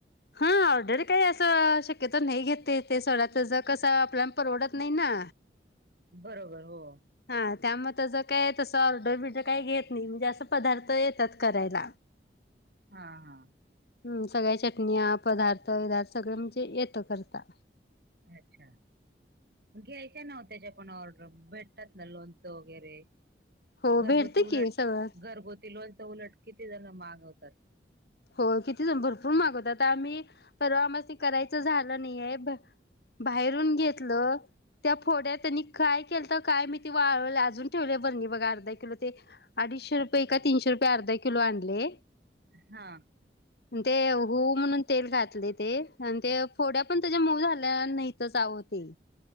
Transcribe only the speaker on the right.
बरोबर हो.
हा हा.
अच्छा. घ्यायच्या ना हो त्याच्या पण ऑर्डर भेटतात ना लोनचं वगैरे.
घरगुती
उलट
घरगुती लोणच उलट किती जण मागवतात.
हा.